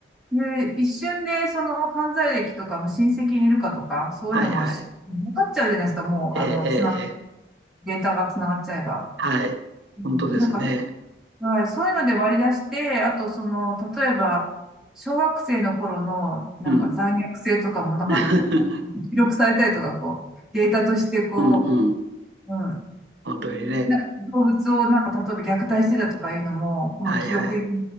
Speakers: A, in the centre; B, on the right (about 80°).
A: で、一瞬で、その犯罪歴とかも親戚にいるかとか、そういうのもし分かっちゃうじゃないですか。
B: はいはい。
A: もう、
B: ええええ。
A: あの、つな、
B: ええ
A: データがつながっちゃえば。
B: はい。
A: うんなんか、
B: 本当ですね。
A: はい、そういうので割り出して、あとその、例えば、小学生の頃の、なんか残虐性とかも、
B: うん。
A: なんか、
B: <laughs>
A: なんか記録されたりとか、こう、データとしてこ
B: うんうん。
A: う、うん、
B: 本当にね。
A: な動物をなんか、例えば虐待してたとかいうのも、もう記録に
B: はいはい。